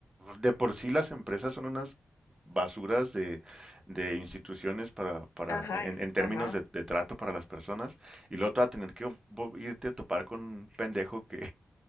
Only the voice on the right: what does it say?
de por sí las empresas son unas basuras de, de instituciones para, para,
en,
en términos
de, de trato para las personas, y luego te va a tener que irte a topar con un pendejo que,